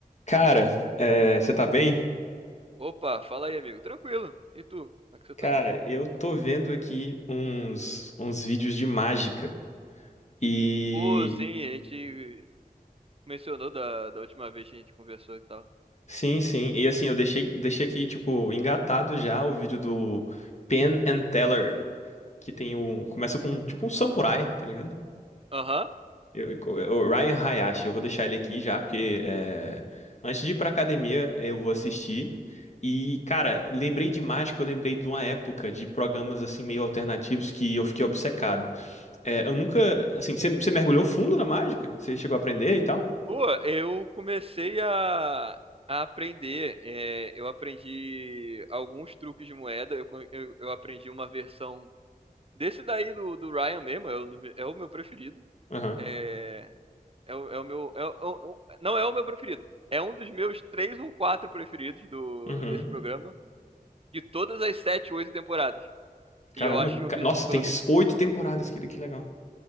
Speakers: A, on the left; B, on the right.
A: Cara, é, você tá bem?
B: Opa, fala aí, amigo. Tranquilo. E tu? Como é que você
A: Cara,
B: tá?
A: eu tô vendo aqui uns, uns vídeos de mágica. E
B: Pô, sim, a gente mencionou da, da última vez que a gente conversou e tal.
A: sim, sim. E assim, eu deixei, deixei aqui, tipo, engatado já o vídeo do Penn and Teller, que tem o Começa com tipo um samurai, tá ligado?
B: Aham.
A: Eu, eu- o Ryan Hayashi, eu vou deixar ele aqui já, porque é, antes de ir pra academia, eu vou assistir. E, cara, lembrei de mágica, eu lembrei de uma época de programas assim meio alternativos que eu fiquei obcecado. É, eu nunca. Assim, você você mergulhou fundo na mágica? Você chegou a aprender e tal?
B: Pô, eu comecei a, a aprender. é, eu aprendi alguns truques de moeda. Eu, co- eu, eu aprendi uma versão desse daí do, do Ryan mesmo. É o, é o meu preferido.
A: Aham.
B: É, é, o, é o meu. é o- é o- não é o meu preferido. É um dos meus três ou quatro preferidos do,
A: Uhum.
B: desse programa, de todas as sete, oito temporadas.
A: Caramba.
B: E eu acho que eu
A: Ca-
B: vi
A: Nossa,
B: todos.
A: tem s- oito temporadas, que, que legal.